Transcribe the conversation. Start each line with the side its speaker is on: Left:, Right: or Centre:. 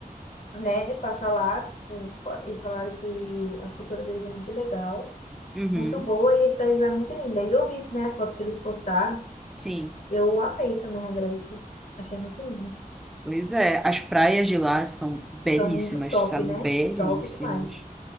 Left: né, passar lá, tipo, fa- eles falaram que as culturas deles são muito legal,
Centre: uhum,
Left: muito boa, e a cidade lá é muito linda. E eu vi, né, as fotos que eles postaram,
Centre: sim.
Left: eu amei também a Grécia, achei muito lindo.
Centre: Pois é, as praias de lá são belíssimas,
Left: São muito top,
Centre: sabe?
Left: né?
Centre: Belíssimas.
Left: Top demais.